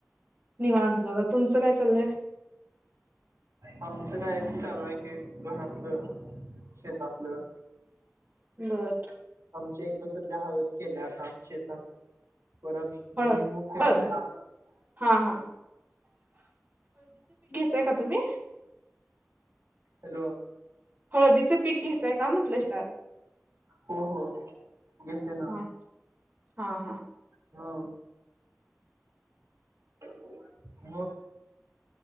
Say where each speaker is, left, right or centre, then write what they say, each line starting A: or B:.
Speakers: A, on the right; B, on the right.
A: निवांत बघा तुमचं काय चाललंय.
B: आमचं काय चालू आहे की घरातलं शेतातलं
A: बरं.
B: आमच्या इकडं सध्या हळद केल्या आता शेतात परत
A: हळ
B: भुईमूग केलाय.
A: हळद हा हा ते का तुम्ही
B: हॅलो
A: हळदीचं पीक घेताय का म्हटलं शेतात
B: हो हो घेते ना,
A: हा हा हा
B: हा मंग